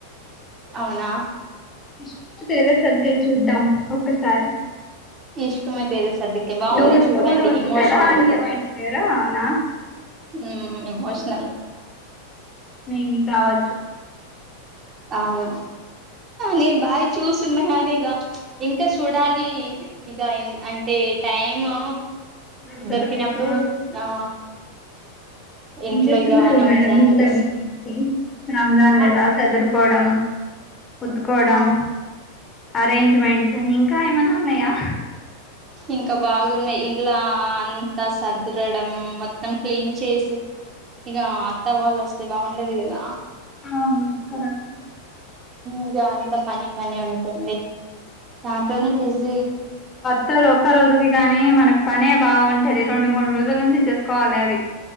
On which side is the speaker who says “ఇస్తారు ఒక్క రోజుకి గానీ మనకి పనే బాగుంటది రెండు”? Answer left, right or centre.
Left